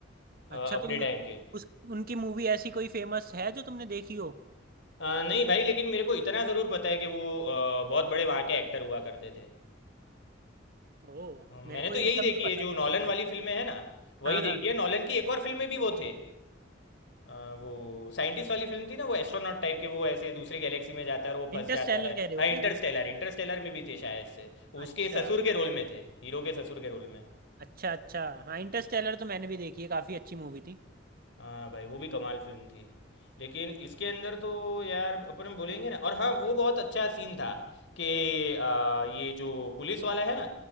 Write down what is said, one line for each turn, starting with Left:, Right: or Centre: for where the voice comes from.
Left: अ,
Right: अच्छा
Left: अपने
Right: तो
Left: टाइम के
Right: उस उनकी मूवी ऐसी कोई फेमस है जो तुमने देखी हो
Left: अ, नहीं भाई लेकिन मेरे को इतना ज़रूर पता है कि वो अ, बहुत बड़े वहाँ के एक्टर हुआ करते थे
Right: ओ
Left: अ, मैंने
Right: मेरे को
Left: तो
Right: ये
Left: यही
Right: सब
Left: देखी
Right: नहीं पता
Left: है जो
Right: था
Left: नॉलन
Right: भाई
Left: वाली फिल्में हैं ना वही
Right: हाँ
Left: देखी
Right: हाँ हाँ
Left: है नॉलन की एक और फिल्म में भी वो थे अ, वो साइंटिस्ट वाली फिल्म थी ना वो एस्ट्रोनॉट टाइप के वो ऐसे दूसरी गैलेक्सी में जाता है और वो फंस
Right: इंटरस्टेलर
Left: जाता है
Right: कह रहे हो
Left: हाँ
Right: क्या
Left: इंटरस्टेलर इंटरस्टेलर में भी थे शायद से
Right: अच्छा
Left: उसके ससुर के रोल में थे हीरो के ससुर के रोल में
Right: अच्छा अच्छा हाँ इंटरस्टेलर तो मैंने भी देखी है काफी अच्छी मूवी थी
Left: हाँ भाई वो भी कमाल फिल्म थी लेकिन इसके अंदर तो यार अपन बोलेंगे ना और हाँ वो बहुत अच्छा सीन था कि अ, ये जो पुलिस वाला है ना